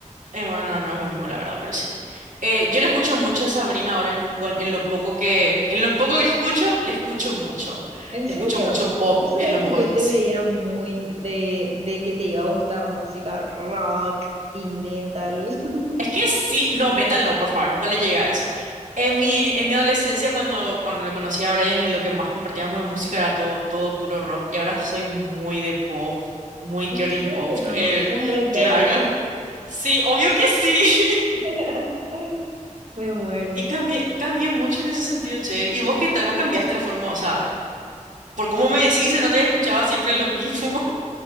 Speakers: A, on the right; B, on the right.
A: eh, bueno, no, no es lo mismo, la verdad, pero sí. Eh, yo le escucho mucho a Sabrina ahora en, cuan- en lo poco que... En lo poco que escucho, le escucho mucho.
B: ¿En
A: Le
B: serio?
A: escucho mucho pop
B: Vos sabés
A: en lo poco
B: que yo
A: que...
B: te
A: Sí.
B: veía muy de, de que te iba a gustar música rock y metal. <laughs>
A: Es que sí, no, metal no, por favor, nunca le llegué a eso. En mi, en mi adolescencia, cuando, cuando le conocí a Brian y lo que más compartíamos de música era todo, todo puro rock, y ahora soy muy de pop, muy
B: ¿En
A: girly
B: serio?
A: pop, el,
B: Sos re girly,
A: claro.
B: bro.
A: Sí, obvio que sí. <laughs>
B: <laughs> Me muero.
A: Y cambié, cambié mucho en ese sentido, che. ¿Y vos qué tal? ¿Vos cambiaste la forma? O sea, por cómo me decís, se nota que escuchaba siempre lo mismo.